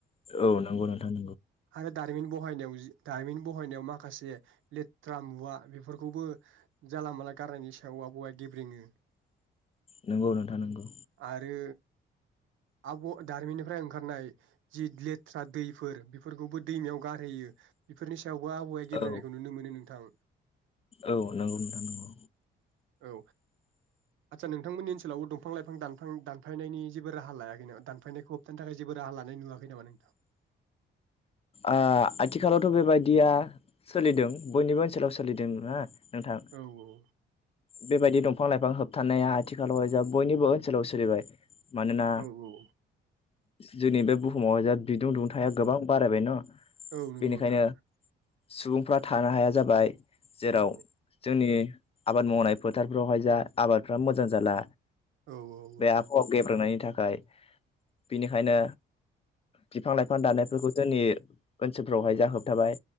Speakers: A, on the left; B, on the right.
A: औ नंगौ नोंथां।
B: आरो दारिमिन बहायनायाव जि दारिमिन बहायनायाव माखासे लेथ्रा मुवा बेफोरखौबो जानला मानला गारनायनि सायाव आबहावाया गेब्रेङो।
A: नोंगौ नोंथां नंगौ।
B: आरो आब' दारिमिननिफ्राय ओंखारनाय जि लेथ्रा दैफोर बि फोरखौबो दैमायाव गारहैयो बेफोरनि सायावबो आबहावाया गेब्रेनायखौ
A: औ
B: नुनो मोनो नोंथां।
A: औ नंगौ नोंथां नंगौ।
B: औ आदसा नोंथांमोननि ओनसोलाव दंफां लाइफां दानफां दानफायनायनि जेबो राहा लायाखै नामा? दानफायनायखौ होबथानो थाखाय जेबो राहा ला नाय नुवाखै नामा नोंथां?
A: ओ आथिखालावथ' बेबायदिया सोलिदों बयनिबो ओनसोलाव सोलिदों ना। नोंथां
B: औ औ।
A: बेबायदि दंफां लाइफां होबथानाया आथिखालाव जा बयनिबो ओनसोलाव सो लिबाय मानोना
B: औ औ
A: जोंनि बे बुहुमाव जा बिदुं दुंथाया गोबां बारायबाय न
B: औ नंगौ
A: बेनिखायनो
B: नोंथां।
A: सुबुंफ्रा थानो हाया जाबाय जेराव
B: औ
A: जोंनि आबाद मावनाय फोथारफ्रावहाय जा आबादफ्रा मोजां जाला।
B: औ औ
A: बे आबहावा गेब्रेंनायनि थाखाय बिनिखायनो बिफां-लाइफां दानायफोरखौ जोंनि ओनसोलफोराव हायजा होबथाबाय।